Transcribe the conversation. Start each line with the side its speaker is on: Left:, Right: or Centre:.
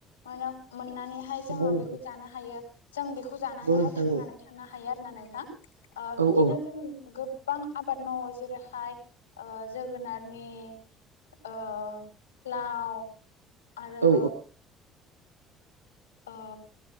Left: मोनो मोननानैहाय जोङो
Right: नंगौ नंगौ
Left: बेखौ जानो हायो जों बेखौ जानानैहाय
Right: नंगौ नोंथां
Left: थांनानै था थानो हायो आरोना नोंथां ओ
Right: औ
Left: बिदिनो
Right: औ
Left: जों गोब गोबां आबाद मावो जेरैहाय जोगोनारनि ओ लाव आरो।
Right: औ
Left: ओ